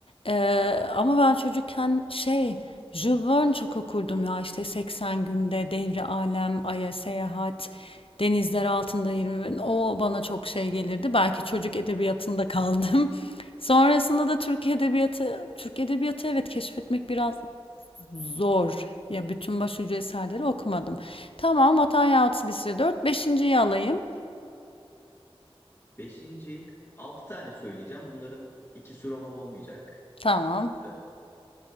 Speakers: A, on the left (about 60°); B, on the left (about 25°).
A: e, ama ben çocukken şey Jules Verne çok okurdum ya işte 80 günde, Devri Alem, Ay'a Seyahat, Denizler Altında 20 bin. O bana çok şey gelirdi. Belki çocuk edebiyatında kaldım. <laughs> Sonrasında da Türk edebiyatı, Türk edebiyatı evet keşfetmek biraz Zor. Ya bütün başucu eserleri okumadım. Tamam, Vatan Yahut Silsile dört Beşinciyi alayım.
B: Beşinci, altı tane söyleyeceğim. Bunların ikisi roman olmayacak.
A: Tamam.
B: Ee,